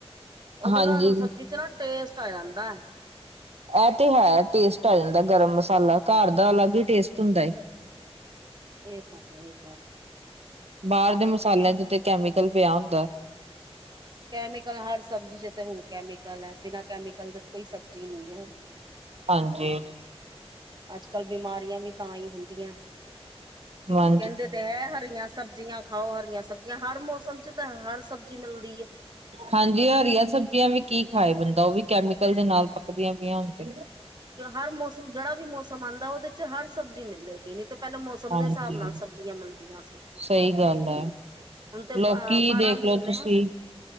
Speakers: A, on the right; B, on the right.
A: ਉਹਦੇ
B: ਹਾਂਜੀ।
A: ਨਾਲ ਸਬਜ਼ੀ ਚ ਨਾ ਟੇਸਟ ਆ ਜਾਂਦਾ
B: ਇਹ ਤੇ ਹੈ ਟੇਸਟ ਆ ਜਾਂਦਾ, ਗਰਮ ਮਸਾਲਾ ਘਰ ਦਾ ਅਲੱਗ ਹੀ ਟੇਸਟ ਹੁੰਦਾ ਹੈ
A: ਇਹ ਤਾਂ ਹੈ ਵਿਚਾਰ
B: ਬਾਹਰ ਦੇ ਮਸਾਲਿਆਂ ਦੇ ਉੱਤੇ ਕੈਮੀਕਲ ਪੇਆ ਹੁੰਦਾ
A: ਕੈਮੀਕਲ ਹਰ ਸਬਜ਼ੀ ਚ ਤੇ ਹੁਣ ਕੈਮੀਕਲ ਹੈ, ਬਿਨਾਂ ਕੈਮੀਕਲ ਦੇ ਤਾਂ ਕੋਈ ਸਬਜ਼ੀ ਨਹੀਂ ਹੈ
B: ਹਾਂਜੀ-ਹਾਂਜੀ
A: ਅੱਜ ਕੱਲ ਬਿਮਾਰੀਆਂ ਵੀ ਤਾਂ ਹੀ ਹੁੰਦੀਐ
B: ਹਾਂ
A: ਕਹਿੰਦੇ ਤੇ ਹੈ ਹਰੀਆਂ ਸਬਜ਼ੀਆਂ ਖਾਓ ਹਰੀਆਂ ਸਬਜ਼ੀਆਂ, ਹਰ ਮੌਸਮ ਚ ਤਾਂ ਹਰ ਸਬਜ਼ੀ ਮਿਲਦੀ ਹੈ
B: ਹਾਂਜੀ ਹਰੀਆ ਸਬਜ਼ੀਆਂ ਵੀ ਕੀ ਖਾਏ ਬੰਦਾ ਉਹ ਵੀ ਕੈਮੀਕਲ ਦੇ ਨਾਲ ਪੱਕਦੀਆਂ ਪਈਆਂ ਹੁਣ ਤੇ
A: ਹਰ ਮੌਸਮ ਜਿਹੜਾ ਵੀ ਮੌਸਮ ਆਉਂਦਾ ਉਹਦੇ ਹਰ ਸਬਜ਼ੀ ਮਿਲੇਗੀ, ਨਹੀਂ ਤੇ ਪਹਿਲਾਂ ਮੌਸਮ
B: ਹਾਂਜੀ
A: ਦੇ ਹਿਸਾਬ ਨਾਲ ਸਬਜ਼ੀਆਂ ਮਿਲਦੀਆਂ ਸੀ
B: ਸਹੀ ਗੱਲ ਹੈ
A: ਹੁਣ ਤੇ
B: ਲੋਕੀ
A: ਬਾਰਾਹ
B: ਦੇਖਲੋ
A: ਮਹੀਨੇ
B: ਤੁਸੀਂ